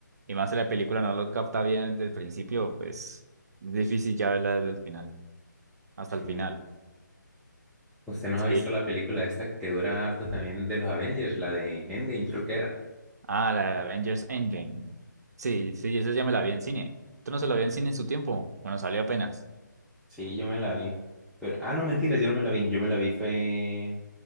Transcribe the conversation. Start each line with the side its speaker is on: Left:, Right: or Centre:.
Right: Y más si la película no lo capta bien desde el principio, pues difícil ya verla desde el final, hasta
Centre: Sí.
Right: el final.
Centre: ¿Usted nos
Right: Sí.
Centre: ha visto la película esta que dura harto también de los Avengers, la de Endgame creo que era?
Right: Ah, la de Avengers Endgame. Sí, sí, esa ya me la vi en cine. ¿Tú no se la vi en cine en su tiempo? Bueno, salió apenas.
Centre: Sí, yo me la vi. Pero, ah, no, mentira, yo no me la vi. Yo me la vi fue